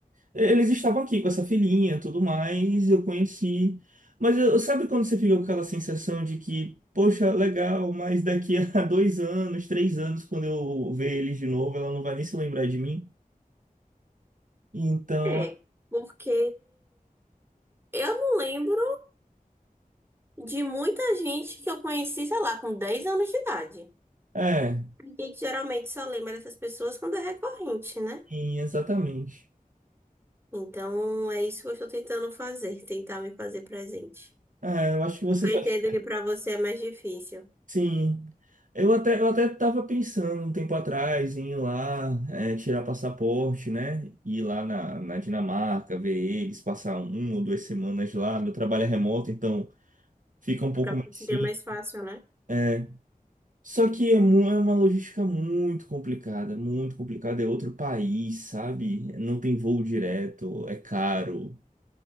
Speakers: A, on the right; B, on the right.
A: Eles estavam aqui com essa filhinha, tudo mais, eu conheci. Mas eu, sabe quando você fica com aquela sensação de que, poxa, legal, mas daqui a <laughs> dois anos, três anos, quando eu ver eles de novo, ela não vai nem se lembrar de mim? Então,
B: É, porque eu não lembro de muita gente que eu conheci, sei lá, com 10 anos de idade.
A: é, é,
B: A gente geralmente só lembra dessas pessoas quando é recorrente, né?
A: sim, exatamente.
B: Então, é isso que eu estou tentando fazer, tentar me fazer presente.
A: É, eu acho que você
B: Eu
A: faz
B: entendo que para você é mais difícil,
A: Sim. Eu até, eu até estava pensando um tempo atrás em ir lá, é, tirar passaporte, né? Ir lá na, na Dinamarca, ver eles, passar uma ou duas semanas lá. Meu trabalho é remoto, então fica um pouco
B: para você
A: mais
B: seria
A: sim.
B: mais fácil, né?
A: É. Só que é, mu- é uma logística muito complicada, muito complicada. É outro país, sabe? Não tem voo direto, é caro.